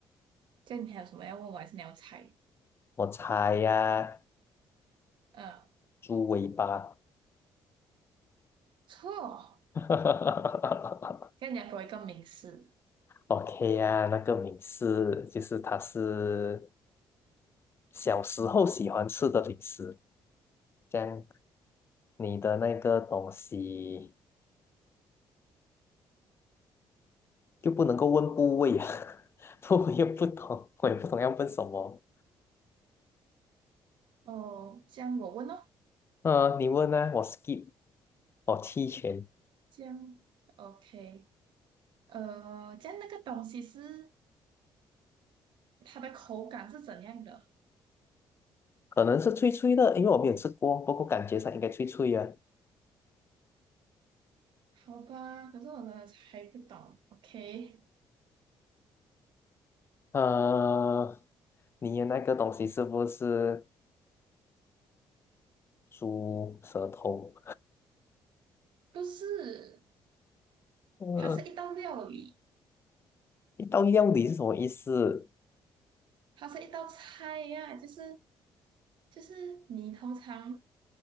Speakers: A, on the right; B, on the left.
A: 这样你还有什么要问我，还是你要猜？
B: 我猜呀、
A: 呃，
B: 猪尾巴。
A: 错，
B: <laughs>
A: 这样你要给我一个名词。
B: OK 啊，那个美式就是它是小时候喜欢吃的零食，这样你的那个东西就不能够问部位啊，<laughs> 不，我也不懂，我也不懂要问什么。
A: 哦，这样我问哦，
B: 呃，你问呢、我 skip，我弃权，
A: 这样，OK，呃，这样那个东西是它的口感是怎样的？
B: 可能是脆脆的，因为我没有吃过，不过感觉上应该脆脆啊。
A: 好吧，可是我真的猜不懂。OK，
B: 呃，你的那个东西是不是猪舌头？
A: 不是，
B: 呃，
A: 它是一道料理。
B: 一道料理是什么意思？
A: 它是一道菜呀、就是就是你通常